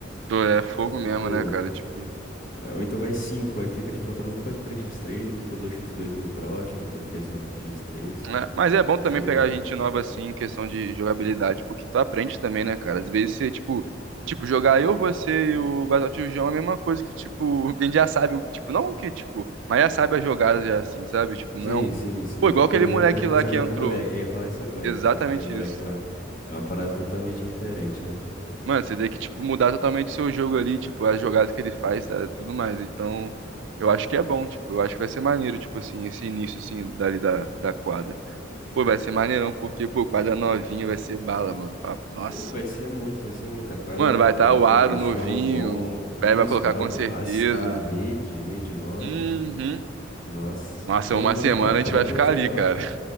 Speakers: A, on the right (about 70°); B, on the left (about 45°).
A: Pô, é fogo
B: Aí eu fico,
A: mesmo,
B: pô,
A: né, cara? Tipo.
B: ah, ou então vai cinco, aí fica te faltando um pra três x três e fica um dois x dois meio broxa, porque podia ser um três x três,
A: né? Mas é bom
B: sei
A: também pegar
B: lá.
A: gente nova assim em questão de jogabilidade, porque tu aprende também, né, cara? Às vezes você, tipo, tipo, jogar eu, você e o Battlefield João é a mesma coisa que, tipo, <laughs> a gente já sabe, o- tipo, não que, tipo, mas já sabe as jogadas já assim, sabe? Tipo, não.
B: Sim, sim, sim.
A: Pô, igual aquele
B: Por exemplo,
A: moleque
B: a gente
A: lá
B: jogar
A: que entrou.
B: com o moleque. Eu ia falar isso agora,
A: Exatamente
B: jogar com aquele moleque
A: isso.
B: lá. É uma parada totalmente diferente, né?
A: Mano, você tem que, tipo, mudar totalmente o seu jogo ali, tipo, as jogadas que ele faz, tá? Tudo mais. Então, eu acho que é bom, tipo, eu acho que vai ser maneiro, tipo assim, esse início, assim, dali da, da quadra. Pô, vai ser maneirão, porque, pô, quadra novinha vai ser bala, mano. Pá, Nossa.
B: Pô, vai ser muito, vai ser muita quadra,
A: Mano,
B: pô,
A: vai estar
B: com,
A: o
B: com
A: aro
B: um chão
A: novinho,
B: bom.
A: o
B: Isso,
A: Fred vai colocar
B: a,
A: com certeza.
B: a, s- a rede, rede nova.
A: Uhum.
B: Nossa,
A: Nossa,
B: quando,
A: uma
B: quando
A: semana
B: ficar pronta
A: a gente vai ficar
B: a gente
A: ali,
B: vai
A: cara.
B: lá.